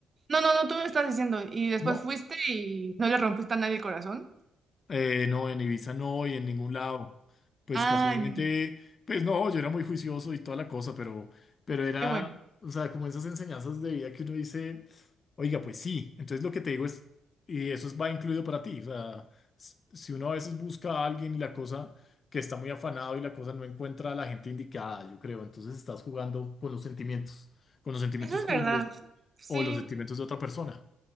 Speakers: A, on the right; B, on the left.
A: No, no, no, tú me estás diciendo. Y después
B: No,
A: fuiste y no le rompiste a nadie el corazón.
B: Eh, no, en Ibiza no y en ningún lado. Pues
A: Ay,
B: casualmente,
A: ningún-
B: pues no, yo era muy juicioso y toda la cosa, pero, pero era,
A: Qué bueno.
B: o sea, como esas enseñanzas de vida que uno dice, oiga, pues sí, entonces lo que te digo es, y eso es- va incluido para ti, o sea, s- si uno a veces busca a alguien y la cosa que está muy afanado y la cosa no encuentra a la gente indicada, yo creo, entonces estás jugando con los sentimientos, con los sentimientos
A: Eso es
B: tuyos
A: verdad. Sí.
B: o los sentimientos de otra persona.